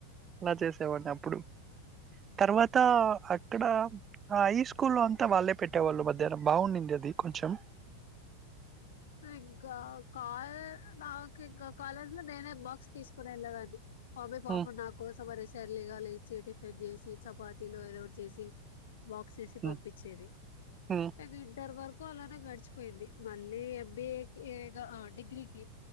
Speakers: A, on the right; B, on the left.
A: ఇలా చేసేవాడిని అప్పుడు తర్వాత అక్కడ హై స్కూల్ అంతా వాళ్ళే పెట్టేవాళ్ళు మధ్యాహ్నం బావుండింది దది కొంచెం
B: ఇంక కాయ నాకు ఇంక కలర్ లో నేనే బాక్స్ తీసుకొని వెళ్లేదాన్ని. బబే పాప
A: హ్మ్.
B: నాకోసం ఆరేసి ఎర్లీ గా లేచి టిఫెన్ చేసి చపాతీలో ఏదోటి చేసి వాక్ చేసి
A: హ్మ్.
B: పంపించేది,
A: హ్మ్.
B: అది ఇంటర్ వరకు అలానే గడిచిపోయింది. మళ్ళీ ఎం బి ఏ కి ఎగ అ డిగ్రీకి